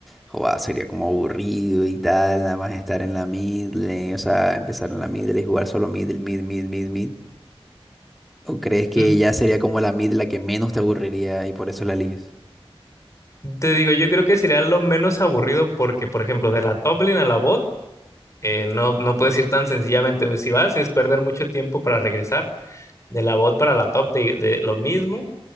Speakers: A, in the centre; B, on the left.
A: joa, sería como aburrido y tal, nada más estar en la mid lane, o sea, empezar en la mid lane y jugar solo mid, mid, mid, mid, mid? ¿O crees que
B: Mm,
A: ya sería como la mid la que menos te aburriría y por eso la eliges?
B: Te digo, yo creo que sería lo menos aburrido porque, por ejemplo, de la top lane a la bot, eh, no, no puedes ir tan sencillamente. Si vas, es perder mucho tiempo para regresar. De la bot para la top, de, de lo mismo.